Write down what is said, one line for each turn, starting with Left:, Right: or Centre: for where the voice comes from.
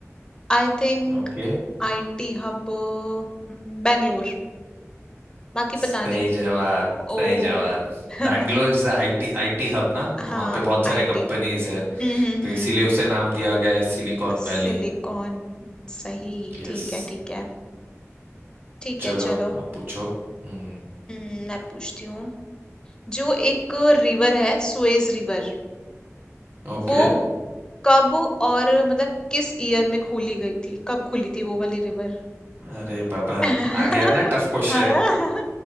Left: आई थिंक
Right: ओके
Left: IT hub हम्म, बैंगलोर बाकी
Right: सही
Left: पता नहीं
Right: जवाब
Left: ओ
Right: सही जवाब
Left: <laughs>
Right: Bangalore is IT IT hub ना
Left: हाँ
Right: तो वहाँ पे बहुत सारे
Left: आईटी
Right: कंपनीज है
Left: हम्म हम्म
Right: तो
Left: हम्म
Right: इसीलिए उसे नाम दिया गया है सिलिकॉन
Left: सिलिकॉन
Right: वैली
Left: सही
Right: यस
Left: ठीक है ठीक है ठीक
Right: चलो
Left: है चलो
Right: आप पूछो हम्म
Left: हम्म मैं पूछती हूँ जो एक रिवर है सुएज रिवर
Right: ओके
Left: वो कब और मतलब किस ईयर में खोली गई थी कब खुली थी वो वाली रिवर
Right: अरे बाबा
Left: <laughs>
Right: आ गया ना टफ क्वेश्चन